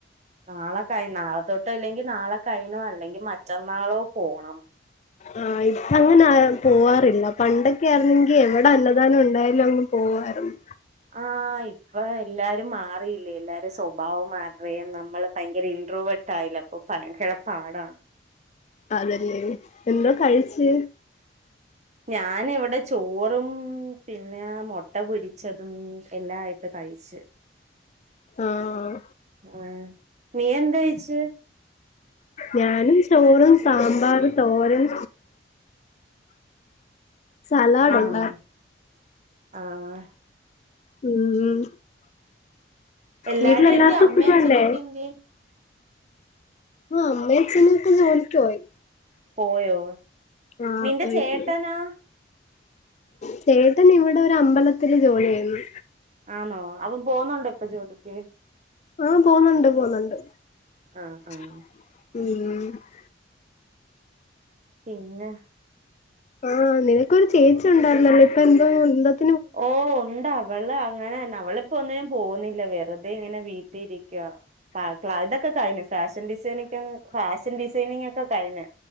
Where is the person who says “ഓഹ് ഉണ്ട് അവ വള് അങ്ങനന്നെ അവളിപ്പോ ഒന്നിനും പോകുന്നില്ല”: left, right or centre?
Right